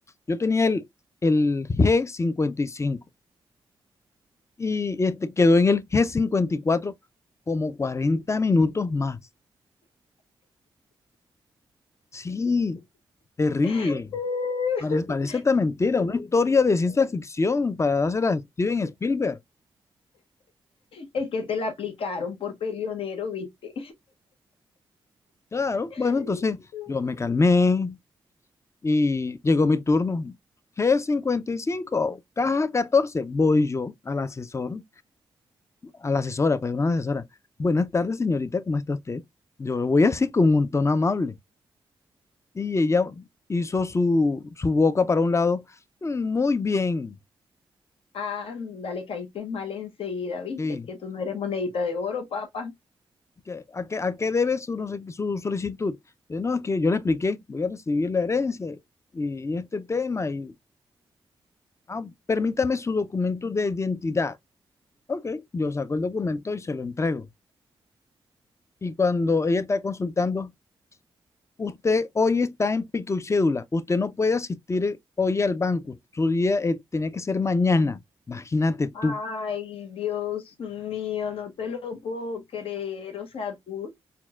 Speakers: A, on the left; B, on the left.
A: Yo tenía el, el g cincuenta y cinco y este quedó en el g cincuenta y cuatro como 40 minutos más. Sí, terrible.
B: <laughs>
A: Parece, parece esta mentira, una historia de ciencia ficción para dársela a Steven Spielberg.
B: Es que te la aplicaron por peleonero, ¿viste?
A: Claro,
B: <laughs>
A: bueno, entonces yo me calmé y llegó mi turno. G55, caja 14, voy yo al asesor, a la asesora, pues una asesora. Buenas tardes, señorita, ¿cómo está usted? Yo lo voy así con un tono amable. Y ella hizo su, su boca para un lado. "Mm, Muy bien.
B: anda le caíste mal enseguida, ¿viste?
A: Sí.
B: Es que tú no eres monedita de oro, papá.
A: ¿Qué- ¿A qué, a qué debe su, no sé qué, su solicitud? Yo, no, es que yo le expliqué, voy a recibir la herencia y, y este tema y Ah, permítame su documento de identidad. Ok, yo saco el documento y se lo entrego. Y cuando ella está consultando, usted hoy está en pico y cédula, usted no puede asistir eh, hoy al banco, su día eh, tenía que ser mañana. Imagínate tú.
B: Ay, Dios mío, no te lo puedo creer. O sea, tú